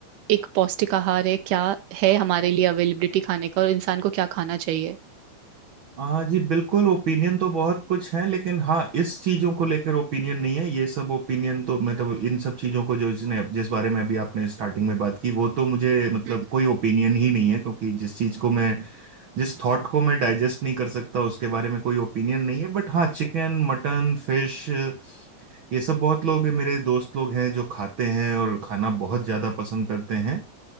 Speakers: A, on the right (about 80°); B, on the right (about 65°).
A: एक पौष्टिक आहार है क्या है हमारे लिए अवेलेबिलिटी खाने का और इंसान को क्या खाना चाहिए
B: हाँ जी बिल्कुल ओपिनियन तो बहुत कुछ है लेकिन हाँ इस चीजों को लेकर ओपिनियन नहीं है ये सब ओपिनियन तो मतलब इन सब चीजों को जो जिसने जिस बारे में अभी आपने स्टार्टिंग में बात की वो तो मुझे मतलब
A: हम्म
B: कोई ओपिनियन ही नहीं है क्योंकि जिस चीज को मैं जिस थॉट को मैं डाइजेस्ट नहीं कर सकता उसके बारे में कोई ओपिनियन नहीं है बट हाँ चिकन मटन फिश ये सब बहुत लोग मेरे दोस्त लोग हैं जो खाते हैं और खाना बहुत ज्यादा पसंद करते हैं